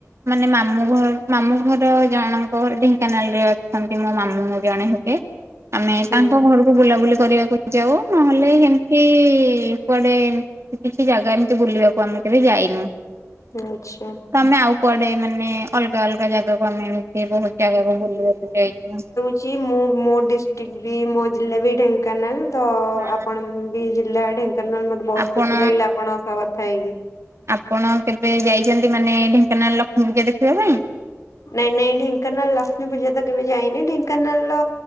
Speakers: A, on the right (about 60°); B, on the left (about 75°).
A: ମାନେ ମାମୁଁ ଘ ମାମୁଁ ଘର ଜଣଙ୍କ ଘର ଢେଙ୍କାନାଳରେ ଅ ଛନ୍ତି ମୋ ମାମୁଁଁ ଜଣେ ହେବେ, ଆମେ ତାଙ୍କ
B: ହୁଁ
A: ଘରକୁ ବୁଲାବୁଲି କରିବାକୁ ଯାଉ। ନହେଲେ ହେମିତି କୁଆଡେ କି କିଛି ଜାଗା ଏମିତି ବୁଲିବାକୁ ଆମେ କେବେ ଯାଇନୁ।
B: ଆଚ୍ଛା।
A: ତମେ ଆଉ କୁଆଡ଼େ ମାନେ ଅଲ୍ଗା ଅଲ୍ଗା ଜାଗାକୁ ଆମେ ଏମିତି ବୋହୁତ୍ ଜାଗାକୁ ବୁଲିବାକୁ ଯାଇଥିଲ।
B: ଚି ମୁଁ ମୋ ଡ଼ିଷ୍ଟିକ୍ ବି ମୋ ଜିଲ୍ଲା ବି ଢ଼େଙ୍କାନାଲ୍ ଦ
A: ହଁ
B: ଆପଣ ବି ଜି ଜିଲ୍ଲା ଢ଼େଙ୍କାନାଳ ମୋତେ ବହୁତ୍
A: ଆପଣ
B: ଖୁସି ଲାଗିଲା ଆପଣସ କଥା ହେଇକି।
A: ଆପଣ କେବେ ଯାଇଚନ୍ତି ମାନେ ଢ଼େଙ୍କାନାଲ୍ ଲକ୍ଷ୍ମୀ ପୂଜା ଦେଖିବା ପାଇଁ?
B: ନାଇଁ ନାଇଁ ଢ଼େଙ୍କାନାଲ ଲକ୍ଷ୍ମୀ ପୂଜା ତ କେବେ ଯାଇନି ଢ଼େଙ୍କାନାଁଲ